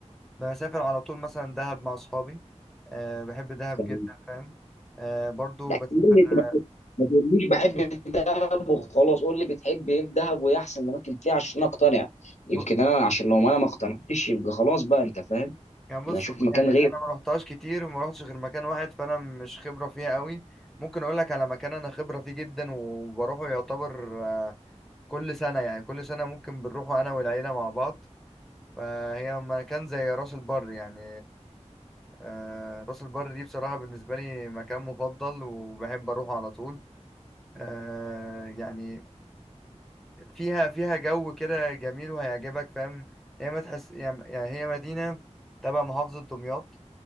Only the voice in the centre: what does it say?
بسافر على طول مثلا دهب مع أصحابي آه بحب دهب
جدا فاهم آه برضو
بسافر
آه،
ب...
يعني بص
يعني
أنا ما رحتهاش كتير وما رحتش غير مكان واحد فأنا مش خبرة فيها قوي ممكن أقول لك على مكان أنا خبرة فيه جدا وبروحه يعتبر آه كل سنة يعني كل سنة ممكن بنروحه أنا والعيلة مع بعض فهي مكان زي راس البر يعني آه، راس البر دي بصراحة بالنسبة لي مكان مفضل وبحب أروحه على طول آه، يعني فيها فيها جو كده جميل وهيعجبك فاهم هي ما تحس يعني يعني هي مدينة تبع محافظة دمياط